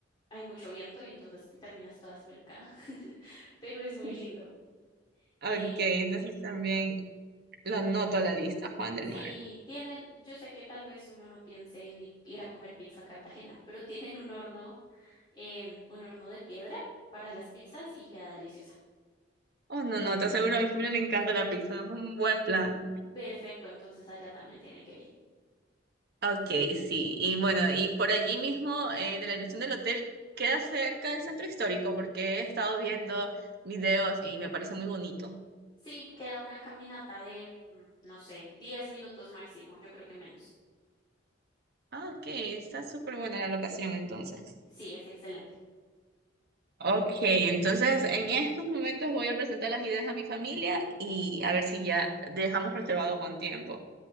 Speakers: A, on the left; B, on the right.
A: hay mucho viento y entonces te terminas toda espelucada. <laughs> Pero es muy
B: <laughs>
A: lindo. Eh,
B: Ok, entonces también Lo anoto a la lista, Juan del
A: si
B: Mar.
A: tienen, yo sé que tal vez uno no piense en ir, ir a comer pizza a Cartagena, pero tienen un horno, em, un horno de piedra para las pizzas y queda deliciosa.
B: Oh, no, no, te aseguro, a mi familia le encanta la pizza, es un buen plan.
A: Perfecto, entonces allá también tienen que ir.
B: Ok, sí. Y bueno, y por allí mismo, eh, de la dirección del hotel, queda cerca del centro histórico, porque he estado viendo videos y me parece muy bonito.
A: Sí, queda una caminata de, mm, no sé, 10 minutos máximo, yo creo que menos.
B: Ah, ok, está súper buena la locación entonces.
A: Sí, es excelente.
B: Ok, entonces en estos momentos voy a presentar las ideas a mi familia y a ver si ya dejamos reservado con tiempo.